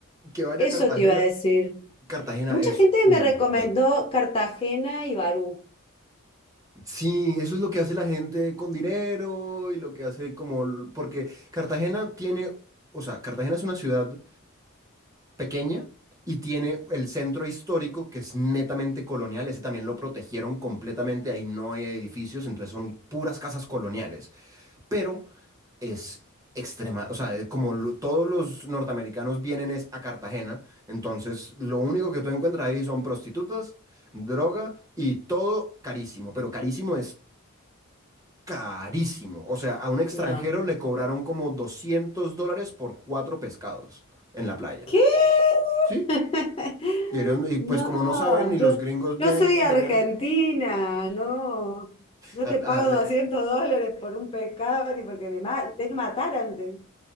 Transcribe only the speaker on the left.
Eso
te iba a decir.
Mucha
gente
me recomendó
Cartagena y Barú.
No.
¿Qué?
<laughs>
No,
yo,
yo
soy
argentina,
no, no
te pago
200 dólares por un pescado ni porque me ma- me tenés que matar antes.